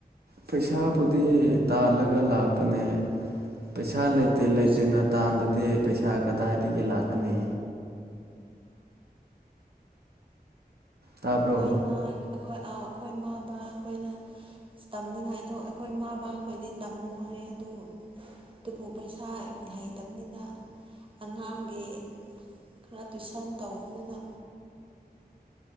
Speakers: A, on the right; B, on the right.
A: ꯄꯩꯁꯥꯕꯨꯗꯤ ꯇꯥꯜꯂꯒ ꯂꯥꯛꯄꯅꯦ ꯄꯩꯁꯥ
B: ꯑꯗꯨ
A: ꯂꯩꯇꯦ
B: ꯑꯣꯏꯔꯁꯨ
A: ꯂꯩꯇꯦꯅ ꯇꯥꯟꯗꯗꯤ ꯄꯩꯁꯥ ꯀꯗꯥꯏꯗꯒꯤ ꯂꯥꯛꯀꯅꯤ ꯇꯥꯕ꯭ꯔꯣ
B: ꯑꯩꯈꯣꯏ ꯃꯥ ꯍꯣꯏ ꯑ ꯑꯈꯣꯏ ꯃꯥ ꯕꯥ ꯈꯣꯏꯅ ꯇꯝꯒꯅꯨ ꯍꯥꯏ ꯑꯗꯣ ꯑꯈꯣꯏ ꯃꯥ ꯕꯥ ꯈꯣꯏꯗꯤ ꯇꯝꯃꯣ ꯍꯥꯏ ꯑꯗꯨ ꯗꯨꯕꯨ ꯄꯩꯁꯥ ꯂꯩꯩꯇꯕꯅꯤꯅ ꯑꯉꯥꯡꯒꯤ ꯈꯔ ꯇꯨꯏꯁꯟ ꯇꯧꯕꯅꯤꯅ